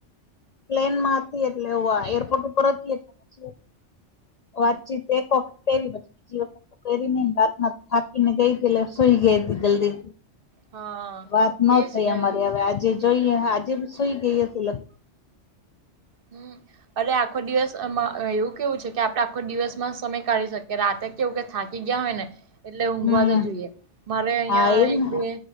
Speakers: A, on the left (about 65°); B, on the right (about 55°).
A: પ્લેનમાં હતી એટલે એ આ એરપોર્ટ ઉપર હતી એટલે પછી વાતચીત એક વખત કેવી બીજી વખ કરીને રાતના થાકીને ગઈ હતી એટલે સુઈ ગઈ હતી જલ્દી.
B: હા.
A: વાત ન
B: એજ
A: થઈ
B: ને
A: અમારી હવે આજે જોઈએ આજે બી સુઈ ગઈ હતી લગ
B: હમ્મ. અરે આખો દિવસ એમાં એવું કેવું છે કે આપડે આખો દિવસમાં સમય કાઢી શકીએ રાતે કેવું કે થા કી ગયા હોય ને એટલે ઊંઘવા
A: હમ
B: તો જોઈએ મારે અયા
A: હા એજ ને
B: એક બે